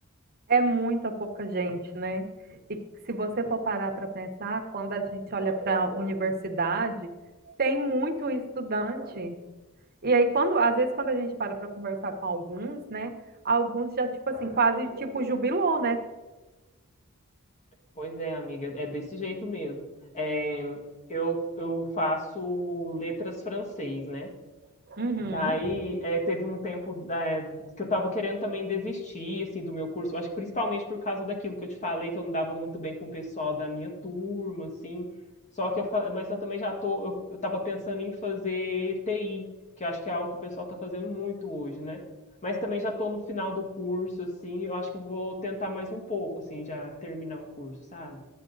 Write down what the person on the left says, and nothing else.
Pois é, amiga, é desse jeito mesmo. É, eu, eu faço letras francês, né?
Daí, eh, teve um tempo né, que eu tava querendo também desistir, assim, do meu curso. Eu acho que principalmente por causa daquilo que eu te falei, que eu não dava muito bem com o pessoal da minha turma, assim. Só que eu, fa- mas eu também já tô, eu, eu tava pensando em fazer TI, que eu acho que é algo que o pessoal tá fazendo muito hoje, né? Mas também já tô no final do curso, assim, eu acho que eu vou tentar mais um pouco, assim, já terminar o curso, sabe?